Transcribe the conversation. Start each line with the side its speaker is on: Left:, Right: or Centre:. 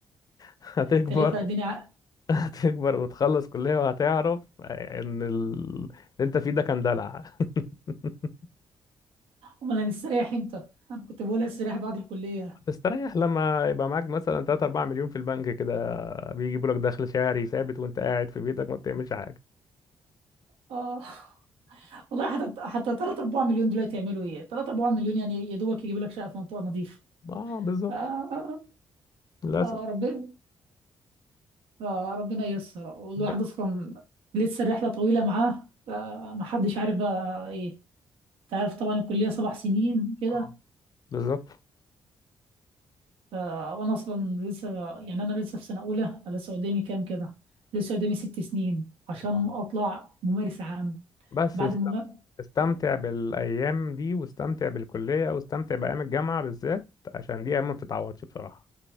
Left: هتكبر
Right: تريت لا الدنيا ع-
Left: هتكبر وتخلص كلية وهتعرف ان ال... اللي انت فيه ده كان دلع <laughs>
Right: امال هنستريح امتى انا كنت بقول استريح بعد الكليه
Left: تستريح لما يبقى معاك مثلا 3 4 مليون في البنك كده بيجيبوا لك دخل شهري ثابت وانت قاعد في بيتك ما بتعملش حاجه
Right: اه والله حتى حتى 3 4 مليون دلوقتي يعملوا ايه 3 4 مليون يعني يا دوبك يجيبوا لك شقه في منطقه نظيفه
Left: اه بالظبط
Right: آه
Left: للاسف
Right: آه ربنا آه ربنا ييسر والواحد
Left: ب-
Right: اصلا لسه الرحله طويله معاه آه، ما حدش عارف بقى إيه انت عارف طبعا الكلية سبع سنين كده
Left: آه، بالظبط
Right: ف- وانا اصلا لسه يعني انا لسه في سنة اولى لسه قدامي كام كده لسه قدامي ست سنين عشان
Left: آه.
Right: اطلع ممارس عام
Left: بس
Right: بعد
Left: است-
Right: الممارس
Left: استمتع بالايام دي واستمتع بالكليه واستمتع بايام الجامعه بالذات عشان دي ايام ما بتتعوضش بصراحه